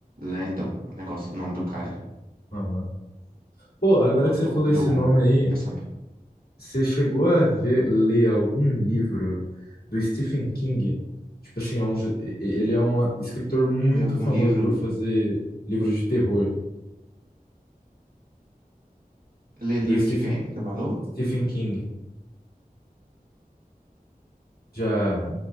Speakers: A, on the right (about 70°); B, on the left (about 85°).
A: Landon, o negócio, o nome do cara,
B: Aham. Pô, agora
A: do
B: que
A: ator,
B: você falou esse
A: do
B: nome aí,
A: personagem.
B: Você chegou a ver, ler algum livro do Stephen King? Tipo assim, é um j- e- ele é um escritor muito
A: Lê algum
B: famoso
A: livro,
B: por fazer livros de terror,
A: lê livro
B: do Stephen,
A: de quem que você falou?
B: Stephen King. Já,